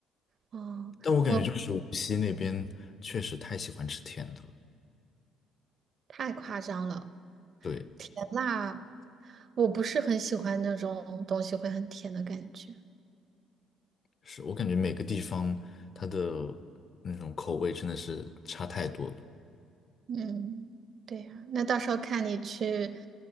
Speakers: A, on the right (about 40°); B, on the left (about 30°).
A: 哦，
B: 但我感觉就是无锡那边确实太喜欢吃甜的了，
A: 我太夸张了，
B: 对，
A: 甜辣，我不是很喜欢那种东西会很甜的感觉。
B: 是我感觉每个地方它的那种口味真的是差太多了。
A: 嗯，对呀，那到时候看你去